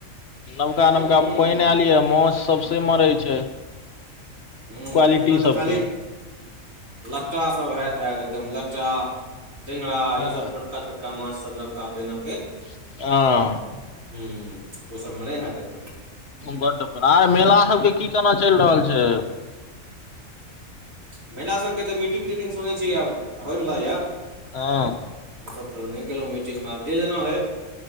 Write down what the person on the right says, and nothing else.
हूँ
हूँ
हू
एखन तऽ
खाली ल सभ होत हत एकदम टा टेगरा
ई सभ छोटका छोटका माछ सभ नबका पहिने के
ह ओ सभ मरै ह जखन
महिला सभके त मीटिंग तीटिंग सुनै छी आब होयवला यए
सभ तऽ नहि गेलहुं मीटिंग मे आब जेना हय